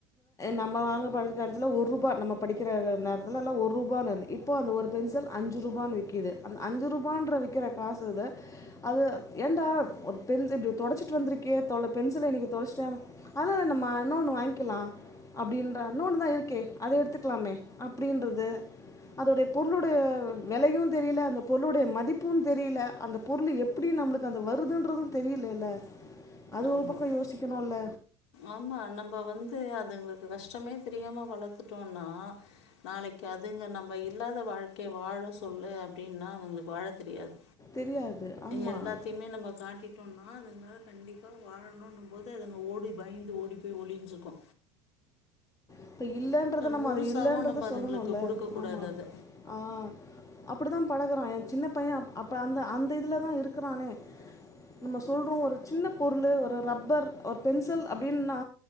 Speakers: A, on the left (about 20°); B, on the left (about 70°).
A: நம்ம வாங்க படிக்ற காலத்துல ஒரு ரூபா நம்ம படிக்கிற நேரத்துல்லல்லா ஒரு பா நானு இப் இப்போ அந்த ஒரு பென்சில் அஞ்சு ரூபான்னு விக்கிது அந்த அஞ்சு ரூபான்ற விக்கிற காசு இத அது ஏன்டா பென்சு இப்டி தொலச்சிட்டு வந்திருக்கியே தொல பென்சில இன்னிக்கி தொலஷ்ட்ட அதனால என்னம்மா இன்னொன்னு வாய்ங்கிலா அப்டின்றா இன்னொன்னு தா இருக்கே அத எடுத்துக்லாமே அப்டின்றது அதோடைய பொருளுடைய வெலையு தெரியில அந்த பொருளுடைய மதிப்பு தெரியில அந்த பொருளு எப்பிடி நம்ளுக் அது வருதுன்றது தெரிய்லேல்ல அது
B: ஆமாம்
A: ஒரு பக்கோ யோசிக்கனுல்ல
B: ஆமா நம்ம வந்து அதுங்களுக்கு கஷ்டமே தெரியாம வளத்துட்டோனா நாளைக்கு அதுங்க நம்ப இல்லாத வாழ்க்கைய வாழ சொல்லு அப்டின்னா அவுங்குள்க்கு வாழ தெரியாது
A: தெரியாது ஆமாம்
B: எல்லாத்தையுமே நம்ப காட்டிட் டோனா அதுனால கண்டிப்பா வாழணுன்னு போது அதுங்க ஓடி பயந்து ஓடி போய் ஒளிஞ்சுக்கு
A: இப்ப இல்லன்றது நம்ம
B: முழுசாவும்
A: அது இல்லன்றத
B: நம்ம அதுங்களுக்கு
A: சொல்லணுல்ல
B: குடுக்கக்கூடாது
A: ஆமா
B: அத.
A: ஆ அப்படிதா பழகுறா என் சின்ன பைய அப்ப அந்த அந்த இதுலதா இருக்குறானே நம்ம சொல்றோ ஒரு சின்ன பொருளு ஒரு ரப்பர் ஒரு பென்சில் அப்டின்னா